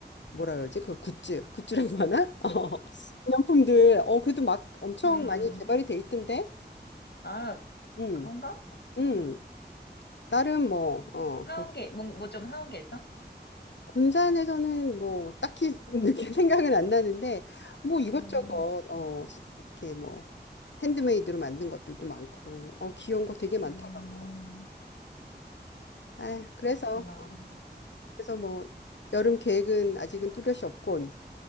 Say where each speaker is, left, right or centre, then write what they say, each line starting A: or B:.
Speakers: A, on the left; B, on the left.
A: 뭐라 그러지? 그 굿즈, 굿즈라고 하나? <laughs> 어, 기념품들, 어, 그래도 막 엄청
B: 음,
A: 많이 개발이 돼 있던데?
B: 아,
A: 음.
B: 그런가? 음,
A: 음, 나름 뭐, 어,
B: 사온
A: 거-
B: 게, 뭐, 뭐 좀 사온 게 있어?
A: 군산에서는 뭐, 딱히 <laughs> 이렇게 생각은 안 나는데, 뭐 이것저것,
B: 음,
A: 어, 이렇게 뭐, 핸드메이드로 만든 것들도 많고, 어, 귀여운 거 되게 많더라고.
B: 음,
A: 아휴, 그래서,
B: 그렇구나.
A: 어, 그래서 뭐, 여름 계획은 아직은 뚜렷이 없군.